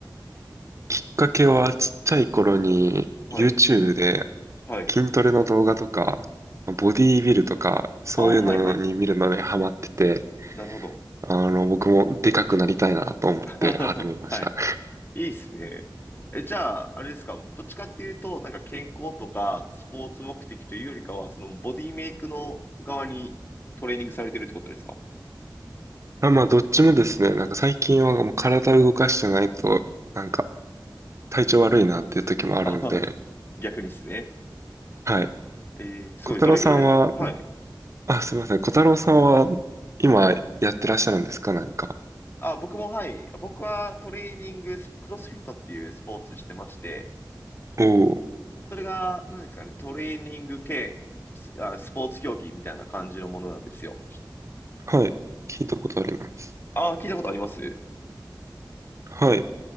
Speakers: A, on the right; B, on the left.
A: きっかけはちっちゃい頃に
B: はい。
A: YouTube で
B: はい。
A: 筋トレの動画とか、ボディービルとか、そういうのに見るのにハマってて、
B: ああ、はい、はい。なるほど。
A: あの、僕もでかくなりたいなと思って始めました。
B: <laughs> はい。いいっすね。え、じゃあ、あれですか、どっちかっていうと、なんか健康とかスポーツ目的というよりかは、そのボディメイクの側にトレーニングされてるってことですか
A: あ、まあ、どっちもですね、なんか最近はもう体を動かしてないと、なんか体調悪いなっていう時もあるので、
B: <laughs> あ、はい逆にですね。
A: はい。
B: えー、すごい。
A: 小太郎さんは
B: どれぐらいはい。
A: あ、すみません。小太郎さんは今やってらっしゃるんですか何か。
B: あ、僕もはい。僕はトレーニングスポ、クロスフィットっていうスポーツしてまして、
A: おお、
B: それが、何ですかね、トレーニング兼ス、あ、スポーツ競技みたいな感じのものなんですよ。
A: はい。聞いたことあります。
B: あ、聞いたことあります
A: はい。